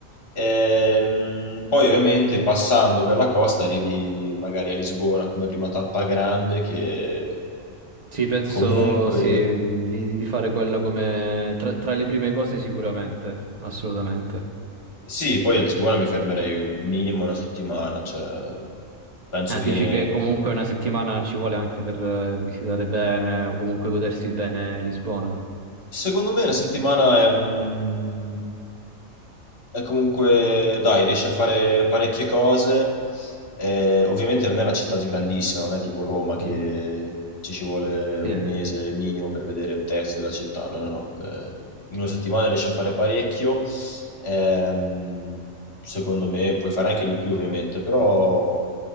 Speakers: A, on the left; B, on the right.
A: Ehm, poi ovviamente passando per la costa arrivi magari a Lisbona come prima tappa grande che
B: Sì, penso
A: comunque
B: sì, mh, di, di fare quella come tra, tra le prime cose sicuramente, assolutamente.
A: sì, poi a Lisbona mi fermerei minimo una settimana, cioè penso
B: Ah,
A: che
B: dici che comunque una settimana ci vuole anche per eh, visitare bene o comunque godersi bene Lisbona.
A: secondo me una settimana è un
B: Mm.
A: E comunque, dai, riesce a fare parecchie
B: Mm.
A: cose. Eh, ovviamente non è una città grandissima, non è tipo Roma che
B: Mm,
A: ci ci vuole
B: Sì,
A: un
B: eh.
A: mese minimo per vedere un terzo della città. No, no, no. Eh, in una settimana riesce a fare parecchio. Ehm, secondo me puoi fare anche di più, ovviamente, però